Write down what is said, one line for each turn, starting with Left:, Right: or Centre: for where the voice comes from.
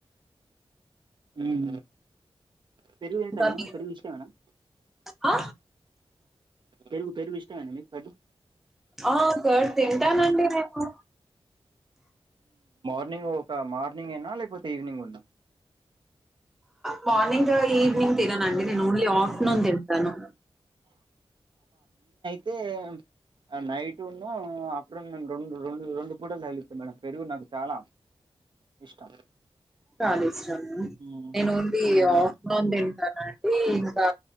Right: ఉమ్ పెరుగు తింట్రా
Centre: ఇంకా
Right: మేడం
Centre: మీరు
Right: పెరుగు ఇష్టమా మేడం
Centre: ఆ
Right: పెరుగు పెరుగు ఇష్టమేన మీకు కర్డ్
Centre: ఆ కర్డ్ తింటానండి నేను
Right: ర్నింగ్ ఒక మార్నింగ్ ఏనా లేకపోతే ఈవినింగ్ గూ న్నా
Centre: మార్నింగ్ ఈవ్నింగ్ తినను అండి నే ఓన్లీ ఆఫ్టర్నూన్ తింటాను
Right: తేమ్ నైట్ ఉన్ ఆఫ్టర్నూన్ రెండు రెండు రెండు పూటలు తగిలితాం మేడం పెరుగు నాకు చాలా ఇష్టం
Centre: చాలా నేను
Right: హ్మ్
Centre: ఓన్లీ
Right: హ్మ్
Centre: ఆఫ్టర్న్ తింటాను అండి ఇంకా